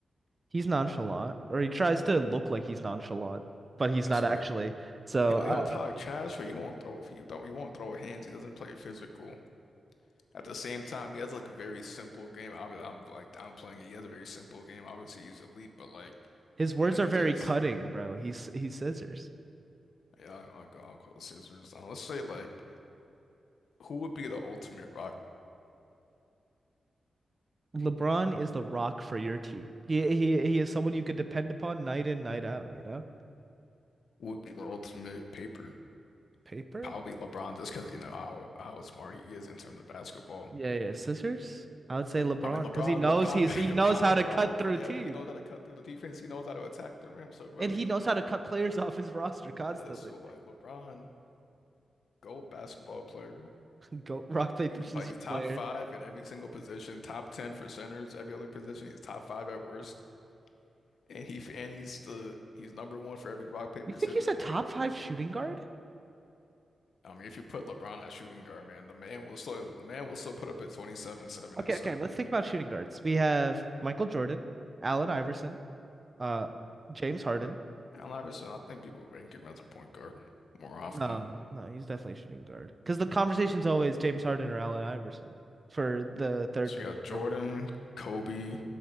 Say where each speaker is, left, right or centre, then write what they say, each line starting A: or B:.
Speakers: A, on the right (about 20°); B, on the left (about 70°).
A: He's nonchalant, or he tries to look like he's nonchalant, but he's
B: That's
A: not
B: like
A: actually. So
B: he'll
A: uh,
B: he'll talk trash, but he won't throw if he don't he won't throw hands. He doesn't play physical. At the same time, he has like a very simple game. I, I'm like downplaying it. He has a very simple game. Obviously, he's elite, but like,
A: his words
B: you know, he
A: are very
B: just
A: cutting, bro. He's he's scissors.
B: yeah, I'll go, I'll go scissors. Uh, let's say like, who would be the ultimate rock?
A: LeBron is the rock for your team. He he he is someone you could depend upon night in, night out, you know?
B: Who would be the ultimate paper?
A: Paper?
B: Probably LeBron, just because you know how how smart he is in terms of basketball.
A: Yeah, yeah. Scissors? I would say LeBron
B: I mean, LeBron,
A: because he knows
B: LeBron,
A: he's
B: <laughs>
A: he
B: LeBron,
A: knows how to
B: Bron,
A: cut through
B: yeah,
A: team.
B: he knows how to cut through the defense. He knows how to attack the rim. So really,
A: And he knows how to cut players <laughs> off his roster constantly.
B: yeah. So like, LeBron, gold basketball player.
A: <laughs> Go rock, paper,
B: He's
A: scissors
B: probably he's top
A: player.
B: five in every single position, top ten for centers, every other position. He's top five at worst, and he and he's the he's number one for every rock paper
A: You think
B: scissors
A: he's a
B: category.
A: top five shooting guard?
B: I mean, if you put LeBron at shooting guard, man, the man will still the man will still put up at 27, 7,
A: Okay,
B: and 7.
A: okay. Let's think about shooting guards. We have Michael Jordan, Allen Iverson, uh, James Harden.
B: Allen Iverson, I think people rank him as a point guard more often.
A: No, no, he's definitely a shooting guard. Because the conversation's always James Harden or Allen Iverson for the third
B: So
A: position
B: you got Jordan,
A: or whatever.
B: Kobe,